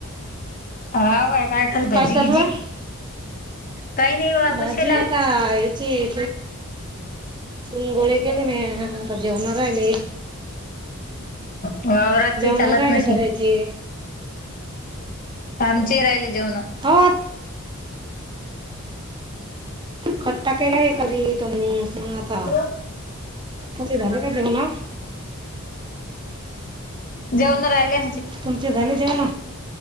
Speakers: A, on the left (about 40°); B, on the right (about 20°).
A: हा काय खाली भाजी
B: चालू
A: गीज
B: आहे
A: काही नाही वा
B: भाजी
A: बशाला
B: आता याची चून गोळे
A: हा
B: केले मी आता जेवण राहिले
A: वावरवरात
B: जेवण
A: काही चालत
B: राहिले
A: नशी
B: करायचे
A: आमचे राहिले जेवण
B: हो खट्टा
A: <inaudible>
B: केलाय करी तो मग आता तुमचे झाले का जेवण
A: जेऊना राहिले
B: तुमचे झाले जेवण